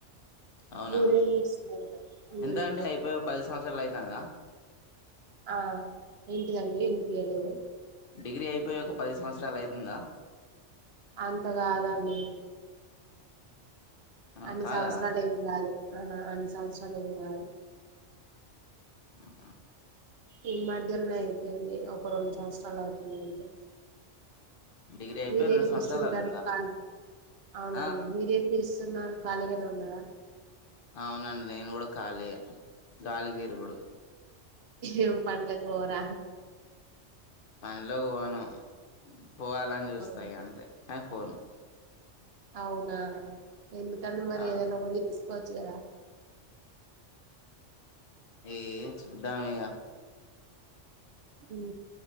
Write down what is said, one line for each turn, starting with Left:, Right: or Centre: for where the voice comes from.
Left: అవునా
Right: మీరేం చేస్తున్నారు ఉం
Left: ఎంత అండి అయిపోయి ఒక పది సంవత్సరాలు అయితాందా
Right: ఆ ఏంటిదండి ఇనిపియ్యలేదు
Left: డిగ్రీ అయిపోయి ఒక పది సంవత్సరాలు అయితుందా
Right: అంత కాదండి
Left: ఆ!
Right: అన్ని
Left: కాదా
Right: సంవత్సరాలు ఏమి కాదు ఆహా అన్ని సంవత్సరాలు ఏమి కాదు
Left: అవునా
Right: ఈ మధ్యలనే అయితుంది ఒక రెండు సంవత్సరాలు అవుతుంది అంతే
Left: డిగ్రీ అయిపోయి
Right: మీరేం
Left: రెండు సంవత్సరాలు
Right: చేస్తుంటారు
Left: అవుతుందా
Right: కా అవునండి
Left: ఆ
Right: మీరేం చేస్తు నారు కాలిగానే ఉన్నారా
Left: అవునండి నేను కూడా ఖాలీ గాలి తిరుగుడు
Right: ఏమ్ పనులకు పోరా
Left: పనిలోకి పోను పోవాలని చూస్తా
Right: అవును.
Left: అంతే కానీ పోను
Right: అవునా ఎందుకండి మరి
Left: ఆ
Right: ఏదైనా ఒకటి తీసుకోవచ్చు కదా
Left: ఏం చూద్దాం ఇగ
Right: ఉం